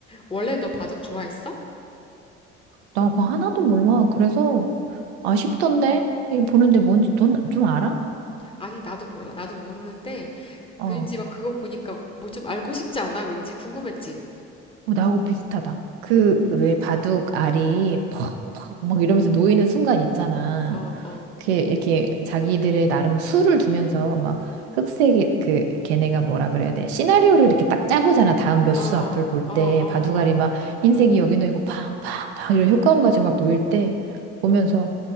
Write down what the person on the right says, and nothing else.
나 그거 하나도 몰라. 그래서 아쉽던데? 이 보는데 뭔지 넌 좀 알아?
어.
어, 나하고 비슷하다. 그,
왜 바둑 알이 퍽, 퍽, 막 이러면서 놓이는 순간 있잖아.
그게 이렇게 자기들의 나름 수를 두면서 막 흑색이, 그, 걔네가 뭐라 그래야 돼. 시나리오를 이렇게 딱 짜보잖아. 다음 몇
수 앞을 볼
때.
바둑
알이
막 흰색이 여기 놓이고 팡, 팡, 팡 이런 효과음 가지고 막 놓일 때 보면서